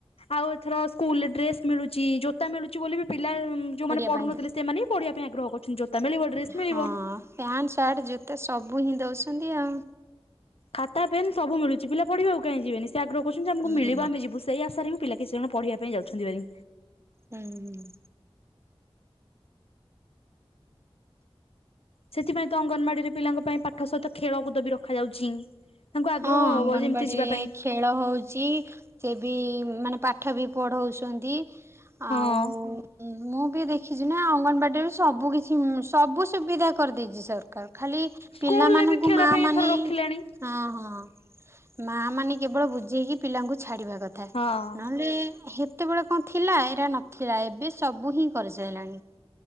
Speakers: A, on the left (about 70°); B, on the right (about 25°).
A: ଆଉ ଥର ସ୍କୁଲ ଡ୍ରେସ୍ ମିଳୁଛି। ଜୋତା ମିଳୁଛି ବୋଲି ବି ପିଲା ଯୋଉମାନେ
B: ପଡିଆ
A: ପଢୁନଥିଲେ
B: ପାଇଁ
A: ସେମାନେ ପଢିବା ପାଇଁ ଆଗହ କରୁଛନ୍ତି। ଜ ମିଳିବ ଡ୍ରେସ୍ ମିଳିବ।
B: ହଁ ପ୍ୟାଣ୍ଟ ସାର୍ଟ ଜୋତା ସବୁ ହିଁ ଦଉଛନ୍ତି ଆଉ
A: ଖାତା ପେନ୍ ସବୁ ମିଳୁଛି। ପିଲା ପଢିବାକୁ କାଇଁ ଯିବେନି। ସେ ଆଗ୍ରହ କରୁଛନ୍ତି ଆମକୁ
B: ହୁଁ।
A: ମିଳିବ ଆମେ ଯିବୁ। ସେଇ ଆଶାରି ହିଁ ପିଲା କିଛି ଜଣ ପଢିବା ପାଇଁ ଯାଉଛନ୍ତି ଭାରି।
B: ହୁଁ ହୁଁ।
A: ସେଥିପାଇଁ ତ ଅଙ୍ଗନବାଡିରେ ପିଲାଙ୍କ ପାଇଁ ପାଠ ସହିତ ଖେଳକୁଦ ବି ରଖାଯାଉଛି। ତାଙ୍କୁ ଆଗ୍ରହ
B: ହଁ ଅଙ୍ଗନବାଡିରେ
A: ହବ ଯେମିତି ଯିବା ପାଇଁ
B: ଖେଳ ହଉଛି। ସେ ବି ମାନେ ପାଠ ବି ପଢଉଛନ୍ତି।
A: ହଁ
B: ଆଉ ମୁଁ ବି ଦେଖିଛି ନା ଅଙ୍ଗନବାଡିରୁ ସବୁ କିିଛି ସବୁ ସୁବିଧା କରିଦେଇଛି ସରକାର। ଖାଲି
A: ସ୍କୁଲରେ
B: ପିଲାମାନଙ୍କୁ
A: ବି ଖେଳ
B: ମା
A: ପାଇଁ
B: ମାନେ
A: ଏଥର ରଖିଲେଣି।
B: ହଁ ହଁ। ହଁ ମା ମାନେ କେବଳ ବୁଝେଇକି ପିଲାଙ୍କୁ ଛା ଛାଡିବା କଥା
A: ହଁ
B: ନହେଲେ ସେତେବେଳେ କଣ ଥିଲା। ଏରା ନଥିଲା ଏବେ ସବୁ ହିଁ କରିସାରିଲାଣି